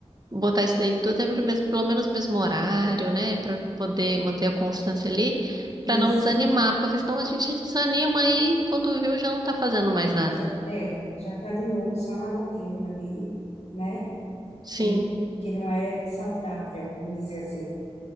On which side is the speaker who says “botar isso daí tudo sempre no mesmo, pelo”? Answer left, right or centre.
Right